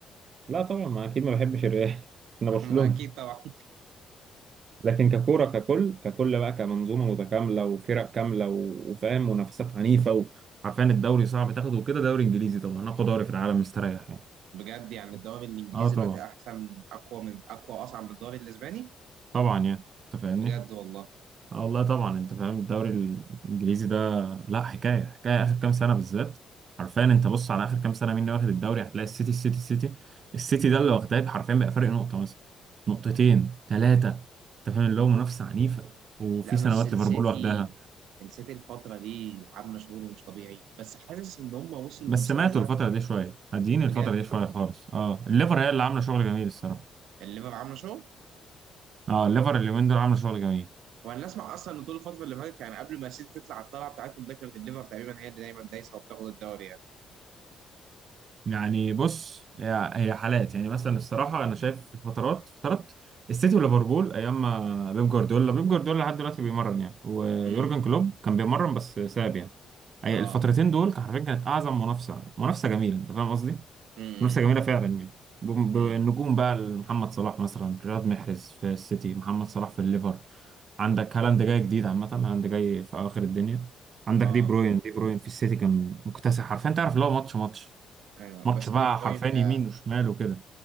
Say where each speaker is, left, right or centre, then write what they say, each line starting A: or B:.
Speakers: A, on the right; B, on the right.
A: لا طبعا ما أكيد ما بحبش الريال <laughs> عشان
B: <laughs>
A: أنا برشلونة
B: ما اكيد طبعا
A: لكن ككوره ككل ككل بقى كمنظومه متكامله وفرق كامله و- وفاهم منافسات عنيفه وعارفين الدوري صعب تاخده وكده دوري انجليزي طبعا اقوى دوري في العالم مستريح يعني
B: بجد يعني الدوري الانجليزي
A: اه طبعا
B: دلوقتي احسن اقوى من اقوى اصعب من الدوري الاسباني
A: طبعا يعني انت فاهمني
B: بجد والله
A: اه والله طبعا انت فاهم الدوري الانجليزي ده لا حكايه حكايه اخر
B: مم.
A: كام سنه بالذات حرفيا انت بص على اخر كام سنه مين اللي واخد الدوري هتلاقي السيتي السيتي السيتي السيتي ده اللي واخداه حرفيا بقى فرق نقطه مثلا نقطتين
B: اه
A: ثلاثه انت فاهم اللي هو منافسه عنيفه وفي
B: لا
A: سنوات
B: بس السيتي
A: ليفربول واخداها
B: السيتي الفترة دي عاملة شغل مش طبيعي بس حاسس إن هم وصلوا
A: بس
B: للمستوى
A: سمعته
B: ده
A: الفترة دي شوية هادين
B: بجد
A: الفترة دي شوية خالص اه الليفر هي اللي عاملة شغل جميل الصراحة
B: يعني الليفر عاملة شغل
A: اه الليفر اليومين دول عاملة شغل جميل
B: وأنا أسمع أصلا إن طول الفترة اللي فاتت يعني قبل ما السيتي تطلع على الطلعة بتاعتهم ده كانت الليفر تقريبا هي اللي دايما دايسة وبتاخد الدوري يعني
A: يعني بص هي هي حالات يعني مثلا الصراحة أنا شايف فترات فترات السيتي وليفربول أيام ما بيب جوارديولا بيب جوارديولا لحد دلوقتي بيمرن يعني ويورجن
B: امم
A: كلوب كان بيمرن بس ساب يعني أي- الفترتين
B: اه
A: دول كان حرفيا كانت أعظم منافسة منافسة جميلة أنت فاهم قصدي؟
B: امم
A: منافسة جميلة فعلا يعني بم-
B: امم
A: ب- النجوم بقى محمد صلاح مثلا رياض محرز في السيتي محمد صلاح في الليفر عندك هالاند جاي جديد عامة هالاند جاي في أواخر الدنيا عندك
B: اه
A: دي بروين دي بروين في السيتي كان مكتسح حرفيا تعرف اللي هو ماتش ماتش
B: ايوه
A: ماتش
B: بس دي
A: بقى
B: بروين
A: حرفيا
B: ده
A: يمين وشمال وكده